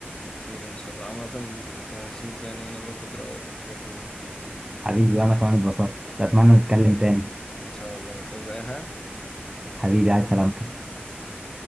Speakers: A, on the left; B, on the right.
A: خير ان شاء الله عامة كنت مبسوط يعني وانا باخد رأيك في حاجات زي دي
B: <laughs> حبيبي وانا كمان اتبسطت اتمنى نتكلم تاني
A: ان شاء الله تعوز اي حاجة؟
B: حبيبي عايز سلامتك
A: مع السلامة